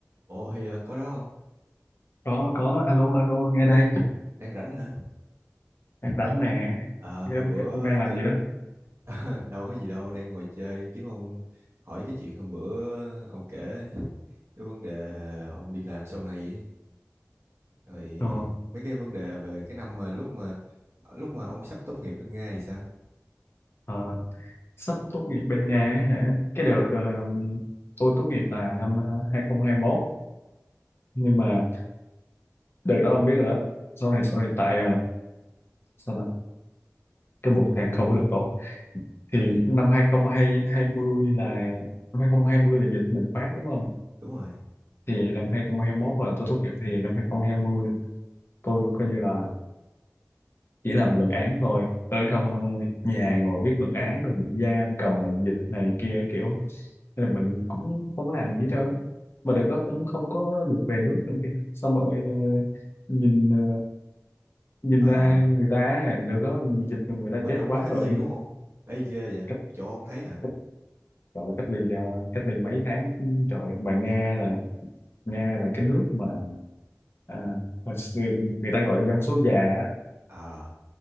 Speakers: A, on the right; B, on the left.
A: Ủa thì à, có đó không?
B: có có alo alo nghe đây
A: Đang rảnh hả?
B: đang rảnh nè
A: À,
B: nghe
A: hồi
B: bên
A: bữa
B: cạnh ông đang làm
A: kể
B: gì đó
A: <laughs> đâu có gì đâu, đang ngồi chơi kiếm ông hỏi cái chuyện hôm bữa ông kể cái vấn đề ông đi làm sau này ấy. Rồi
B: ờ,
A: mấy cái vấn đề về cái năm mà lúc mà lúc mà ông sắp tốt nghiệp bên Nga thì sao?
B: ờ, sắp tốt nghiệp bên Nga ấy hả cái đợt ờ, tôi tốt nghiệp là năm ờ, 2021 nhưng mà đợt đó ông biết rồi đó sau này sau này tại ờ, sao ta cái bộ đang không có được tốt
A: Rồi,
B: thì năm 2020 là năm 2020 là dịch bùng phát đúng không
A: <laughs> đúng rồi.
B: thì năm 2021 là tôi tốt nghiệp thì năm 2020 tôi coi như là chỉ làm luận án thôi ở trong ờ, nhà ngồi viết luận án rồi bị giam cầm mình dịch này kia kiểu nên là mình cũng không có làm gì hết trơn á. mà đợt đó cũng không có được về nước nữa kìa xong rồi ờ, nhìn ờ, nhìn
A: Ờ,
B: ra người ta á, đợt đó dịch người ta
A: bên
B: chết
A: ông
B: quá
A: có cách
B: rồi
A: ly đúng không? Ê ghê vậy,
B: cách
A: chỗ ông thấy hả?
B: cách trời cách ly ờ, cách ly mấy tháng trời mà Nga là Nga là cái nước mà à, mà người, người ta gọi là dân số già á.
A: À,